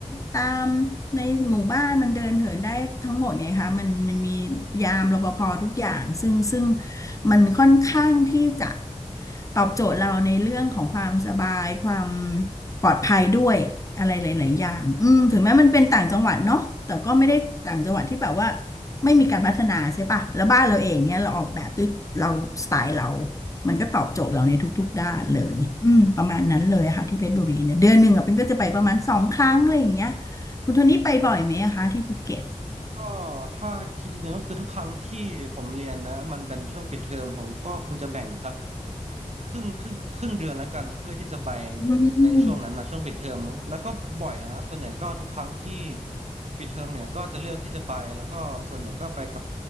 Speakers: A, on the left; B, on the right.
A: ตามในหมู่บ้านมันเดินเหินได้ทั้งหมดไงคะมันมันมียามรปภทุกอย่างซึ่งซึ่งมันค่อนข้างที่จะตอบโจทย์เราในเรื่องของความสบายความปลอดภัยด้วยอะไรหลายๆอย่างอืมถึงแม้มันเป็นต่างจังหวัดเนาะแต่ก็ไม่ได้ต่างจังหวัดที่แบบว่า ไม่มีการพัฒนาใช่ปะแล้วบ้านเราเองเนี่ยเราออกแบบด้วยเราสไตล์เรา มันก็ตอบโจทย์เราในทุกๆด้านเลยอืมประมาณนั้นเลยอะค่ะที่เพชรบุรีเนี่ยเดือนหนึ่งอะเป็นก็จะไปประมาณสองครั้งอะไรอย่างเงี้ยคุณโทนี่ไปบ่อยไหมอะคะที่ภูเก็ต
B: ก็ถ้าคิดจริงๆก็คือทุกครั้งที่ผมเรียนนะมันเป็นช่วงปิดเทอมผมก็คงจะแบ่งสัก ครึ่งครึ่งครึ่งเดือนแล้วกันเพื่อที่จะไป
A: อืม
B: ในช่วงนั้นนะช่วงปิดเทอมแล้วแล้วก็บ่อยนะส่วนใหญ่ก็ทุกครั้งที่ปิดเทอมเนี่ยก็จะเลือกที่จะไปแล้วก็ส่วนใหญ่ก็ไปกับ